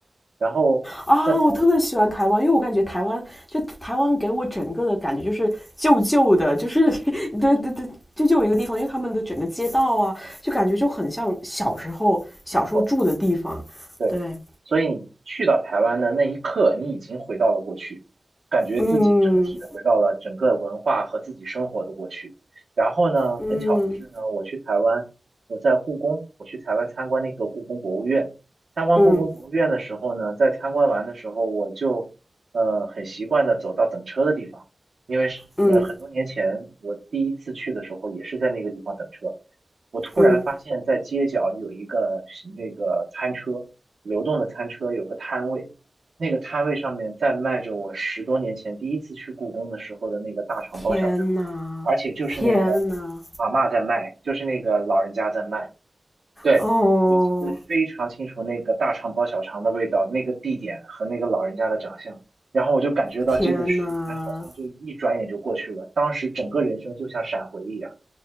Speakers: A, on the right (about 75°); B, on the left (about 20°).
A: 然后在台湾，
B: 啊？我特别喜欢台湾，因为我感觉台湾就台湾给我整个的感觉就是旧旧的，就是 <laughs> 对对对，就就有一个地方，因为他们的整个街道啊，就感觉就很像小时候小时候住的地方，
A: 没错。对，
B: 对，
A: 所以你去到台湾的那一刻，你已经回到了过去，感觉自己整体的回到了整个文化和自己生活的过去。
B: 嗯
A: 然后呢，
B: 嗯。
A: 很巧的是呢，我去台湾，我在故宫，我去台湾参观那个故宫博物院。参观故宫博物院的时候呢，
B: 嗯
A: 在参观完的时候，我就呃很习惯的走到等车的地方，因为是呃很多年前我第一次去的时候，
B: 嗯
A: 也是在那个地方等车。我突然发现，
B: 嗯，
A: 在街角有一个那个餐车。流动的餐车有个摊位，那个摊位上面在卖着我十多年前第一次去故宫的时候的那个大肠包小肠，
B: 天呐，
A: 而且就是那个
B: 天呐，
A: 阿嬷在卖，就是那个老人家在卖。对，
B: 哦，
A: 我记得非常清楚那个大肠包小肠的味道、那个地点和那个老人家的长相，然后我就感觉到这个十年好像就一转眼就过去了，
B: 天呐，
A: 当时整个人生就像闪回一样。